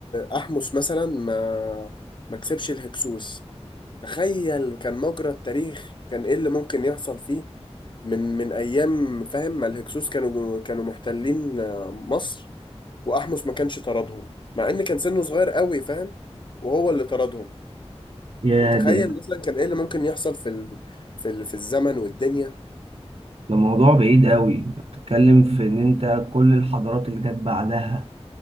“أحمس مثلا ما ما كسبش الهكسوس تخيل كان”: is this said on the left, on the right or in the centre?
Left